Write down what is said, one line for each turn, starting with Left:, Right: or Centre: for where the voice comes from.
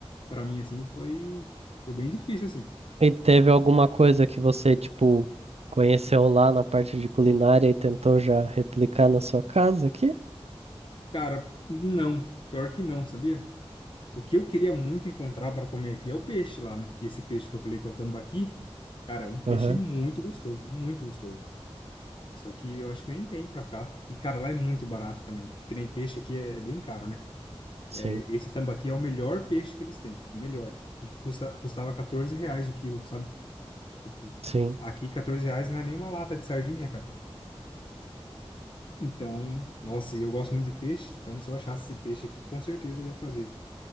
Left: para mim, assim, foi, foi bem difícil, assim.
Right: E teve alguma coisa que você, tipo, conheceu lá na parte de culinária e tentou já replicar na sua casa aqui?
Left: Cara, não, pior que não, sabia? O que eu queria muito encontrar para comer aqui é o peixe lá, né? E esse peixe que eu falei que é o tambaqui, cara, é um peixe
Right: Aham,
Left: muito gostoso, muito gostoso. Só que eu acho que nem tem pra cá. E, cara, lá é muito barato também. Que nem peixe aqui é, é bem caro, né?
Right: Sim,
Left: É, esse tambaqui é o melhor peixe que eles têm. O melhor. E custa, custava 14 reais o quilo, sabe? Tipo,
Right: sim.
Left: aqui 14 reais não é nem uma lata de sardinha, cara. Então, nossa, e eu gosto muito de peixe. Então, se eu achasse esse peixe aqui, com certeza eu ia fazer.